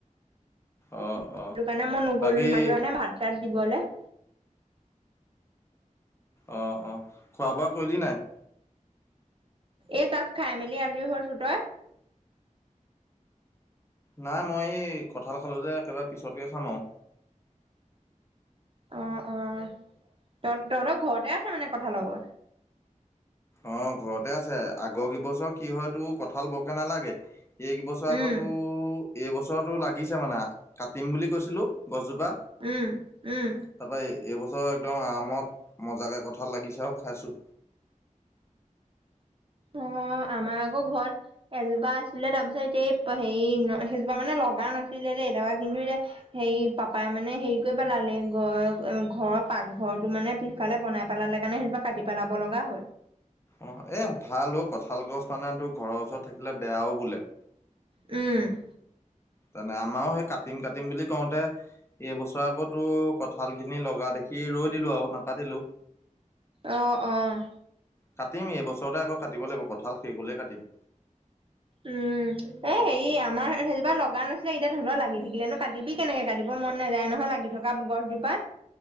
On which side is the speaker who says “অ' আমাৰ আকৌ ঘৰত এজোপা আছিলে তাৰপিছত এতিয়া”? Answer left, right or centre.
Right